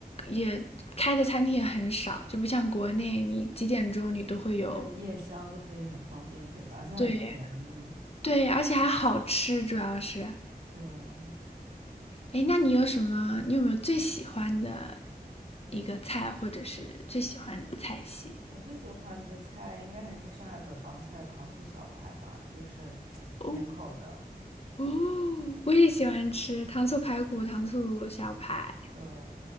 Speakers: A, on the left; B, on the right.
A: 也开的餐厅也很少，就不像国内，你几点钟你都会有。
B: 对，夜宵都可以很方便点的，而且很便宜。
A: 对对，而且还好吃，主要是。
B: 对，
A: 哎，那你有什么？你有没有最喜欢的一个菜，或者是最喜欢的菜系？
B: 我最喜欢的菜应该还是上海本帮菜的糖醋小排吧，就是 <tsk> 甜口的。
A: 哦哦，我也喜欢吃糖醋排骨、糖醋小排。
B: 对，